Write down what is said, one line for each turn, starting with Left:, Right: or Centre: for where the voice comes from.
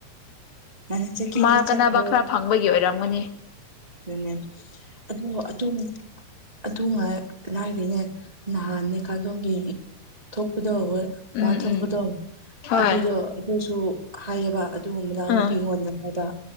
Right: ꯉꯟꯅ ꯆꯠꯀꯦꯗꯤ
Left: ꯃꯥ ꯀꯅꯕ
Right: ꯆꯠꯈ꯭ꯔꯣ
Left: ꯈꯔ ꯐꯪꯕꯒꯤ ꯑꯣꯏꯔꯝꯃꯅꯤ
Right: ꯑꯗꯨꯅꯦ ꯑꯗꯣ ꯑꯗꯨ ꯑꯗꯨꯉꯥꯏ ꯀꯈꯩꯅꯦ ꯅꯍꯥꯟ ꯅꯩꯀꯥꯂꯣꯡꯒꯤ ꯊꯣꯛꯄ ꯑꯗꯣ
Left: ꯎꯝ
Right: ꯋꯥꯊꯣꯛꯄꯗꯣ
Left: ꯎꯝ ꯍꯣꯏ
Right: ꯑꯗꯨꯗꯣ ꯑꯗꯨꯁꯨ ꯍꯥꯏꯌꯦꯕ ꯑꯗꯨꯒꯨꯝꯕꯅꯥꯎ
Left: ꯎꯝ
Right: ꯅꯨꯄꯤꯉꯣꯟꯗꯔꯗ